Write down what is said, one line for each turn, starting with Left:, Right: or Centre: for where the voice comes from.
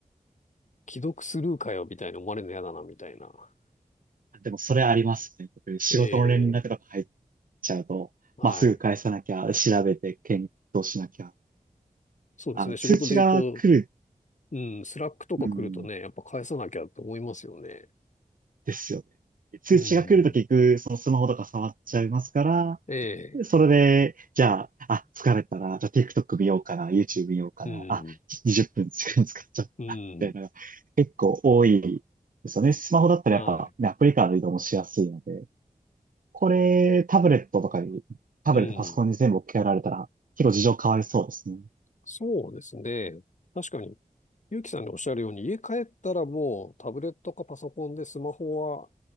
Left: 既読スルーかよ、みたいに思われるの嫌だな、みたいな。
Right: でもそれありますね。仕事の連絡とか入っ
Left: ええ、
Right: ちゃうと、
Left: はい。
Right: まあ、すぐ返さなきゃ、調べて検討しなきゃ。
Left: そうですね。
Right: あの、
Left: 仕事で言うと、
Right: 通知が来る、
Left: うん、スラックとか来るとね、
Right: うん、
Left: やっぱ返さなきゃと思いますよね。
Right: ですよね。通知が来ると結局、
Left: うん。
Right: そのスマホとか触っちゃいますから、
Left: ええ、
Right: それで、じゃあ、あ、疲れたな。じゃあ TikTok 見ようかな。YouTube 見ようかな。
Left: うん、
Right: あ、20分使っちゃったなみたいな、
Left: うん、
Right: 結構多いですよね。スマホだったらやっぱ、
Left: は
Right: ね、アプリからの移動もしやすいので、これ、タブレットとかに、タブレットパソコンに全部置き換えられたら、
Left: い。うん。
Right: 結構事情変わりそうですね。
Left: そうですね。確かに、ゆうきさんがおっしゃるように、家帰ったらもうタブレットかパソコンでスマホは